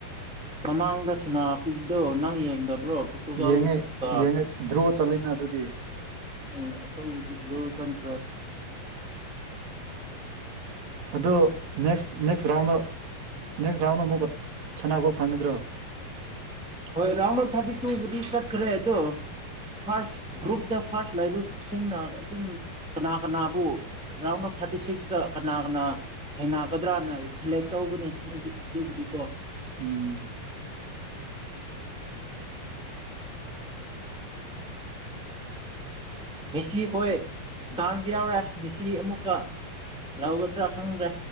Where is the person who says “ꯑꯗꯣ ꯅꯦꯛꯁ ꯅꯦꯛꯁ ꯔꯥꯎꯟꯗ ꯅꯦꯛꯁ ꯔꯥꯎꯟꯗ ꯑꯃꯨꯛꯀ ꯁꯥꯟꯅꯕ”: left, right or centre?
Right